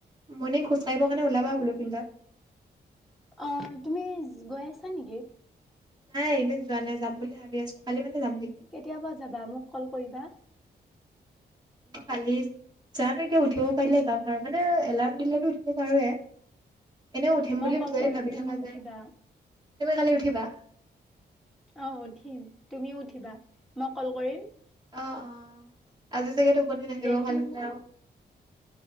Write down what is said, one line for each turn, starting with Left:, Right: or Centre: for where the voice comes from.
Right: মইনে খোজ কাঢ়িবৰ কাৰণে ওলাবা বোলো ফিল্ডত
Centre: অ তুমি গৈ আছা নেকি?
Right: নাই এদিন যোৱা নাই যাম বুলি ভাবি আছো খালি মানে। যাম নেকি
Centre: কেতিয়াবা যাবা মোক কল কৰিবা। <unintelligible>
Right: খালিছ। জানো এতিয়া উঠিব পাৰিলে যাম আৰু মানে এলাৰ্ম দিলেতো উঠিব পাৰুৱে। এনেও উঠিম
Centre: মই
Right: বুলি
Centre: কল
Right: যদি
Centre: কৰিম
Right: ভাবি
Centre: তুমি
Right: থকা
Centre: উঠিবা
Right: যে তুমি কালি উঠিবা।
Centre: অ উঠিম তুমিও উঠিবা মই কল কৰিম।
Right: অ অ আজি চাগে টোপনি নাহিব
Centre: দেহটো
Right: ভালকে আৰু